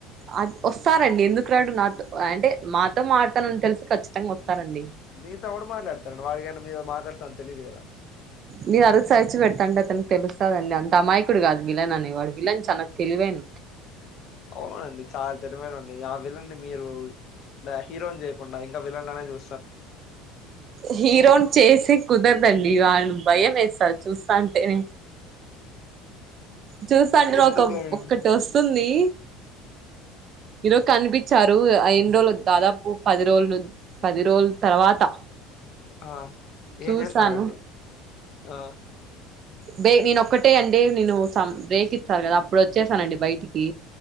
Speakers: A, on the right; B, on the left.
A: అది వస్తారండి ఎందుకు రాడు నాతో అంటే మాతో మాడతానని తెలిసి ఖచ్చితంగా వస్తారండి
B: మీతో ఎవడు మాట్లాడతాండు వాడికనా మీతో మాట్లాడతాని తెలిదు కదా
A: మీరు అరుసా ఇచ్చి పెతాంటే అతనికి తెలుస్తాదండి అంతా అమాయకుడు కాదు విలన్ అని వాడు విలన్ చానా తెలివైనొ
B: అవునండి చాలా తెలివైనండి ఆ విలన్ ని మీరు హీరోని చేయకుండా ఇంకా విలన్ లానే చూ
A: హీరోను చేసి కుదరదండి వాన్ని భయమేసాది చూస్తాంటేనే చూస్తాంటేనే
B: ఎందుకండి
A: ఒక ఒక్కటి వసుంది ఈరోజు కనిపించారు ఆ ఎన్ని రోజులు దాదాపు పది రోజులు పది రోజుల తర్వాత
B: ఆ
A: చూసాను
B: ఏం చేసినారంండి ఆ
A: బే నేనొక్కటే అండి నేను సం బ్రేక్ ఇస్తారు కదా అప్పుడు వచ్చేసానండి బయటికి